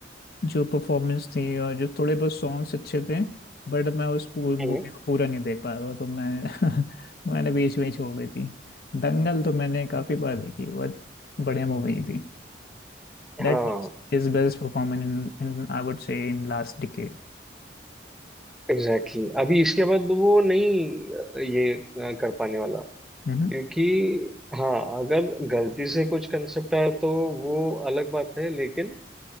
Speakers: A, on the left (about 50°); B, in the centre.
A: जो परफॉर्मेंस थी और जो थोड़े बहुत सॉन्ग्स अच्छे थे बट मैं उस पूरी
B: Hmm
A: मूवी को पूरा नहीं देख पाया था तो मैं <laughs> मैंने बीच में ही छोड़ दी थी दंगल तो मैंने काफी बार देखी बहुत बढ़िया मूवी थी That
B: हाँ
A: is his best performance in, in I would say in last decade.
B: एग्जैक्टली exactly. अभी इसके बाद वो नहीं अ, ये अ, कर पाने वाला
A: hmm
B: क्योंकि हाँ अगर गलती से कुछ कंसेप्ट आया तो वो अलग बात है लेकिन